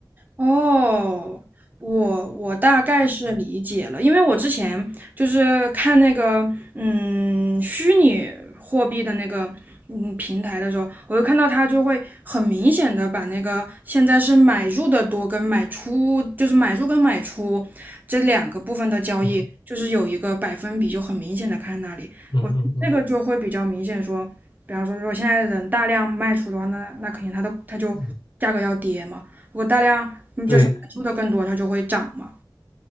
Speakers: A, on the right; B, on the left.
A: 哦，我我大概是理解了，因为我之前就是看那个嗯虚拟货币的那个嗯平台的时候，我就看到它就会很明显的把那个现在是买入的多跟买出，就是买入跟买出这两个部分的交易，
B: 嗯
A: 就是有一个百分比就很明显的看那里，
B: 嗯嗯嗯
A: 我那个就会比较明显说，比方说如果现在人大量卖出的话，那那肯定它的它就价格要跌嘛。
B: 嗯，
A: 如果大量你就是感受的更多，
B: 对
A: 它就会涨嘛。